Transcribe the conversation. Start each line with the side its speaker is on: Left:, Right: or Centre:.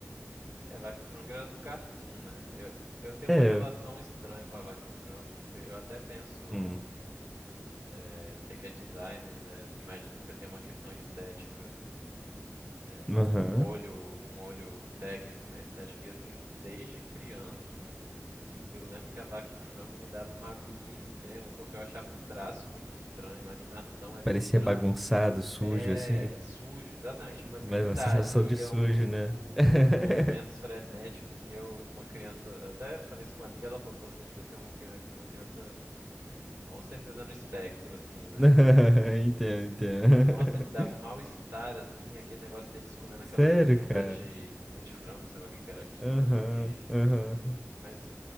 Right: É, Vaca e o Frango era do Cartoon, né? Eu, eu tenho
Centre: É.
Right: uma relação estranha com a Vaca e o Frango, porque eu até penso,
Centre: Hum.
Right: é, você que é designer, né? Assim, imagino que você tem uma questão estética, é,
Centre: Aham.
Right: um olho, um olho técnico na estética. E assim, desde criança, eu lembro que a Vaca e o Frango me dava uma agonia extrema, porque eu achava o traço muito estranho, a animação era
Centre: Parecia
Right: estranha.
Centre: bagunçado, sujo,
Right: É,
Centre: assim.
Right: sujo, exatamente, uma gritaria,
Centre: Mas uma sensação de sujo,
Right: um,
Centre: né?
Right: pulando
Centre: <laughs>
Right: uns movimentos frenéticos e eu, uma criança, eu até falei isso com uma amiga, ela falou, pô, você devia ser uma, cri- uma criança com certeza no espectro, assim, né?
Centre: Entendo,
Right: E,
Centre: entendo.
Right: porque, nossa, me dava um mal-estar, assim, aquele negócio deles comendo aquelas
Centre: Sério,
Right: bunda
Centre: cara?
Right: de, bunda de frango, sei lá o que que era aquilo,
Centre: Aham,
Right: e...
Centre: aham.
Right: Mas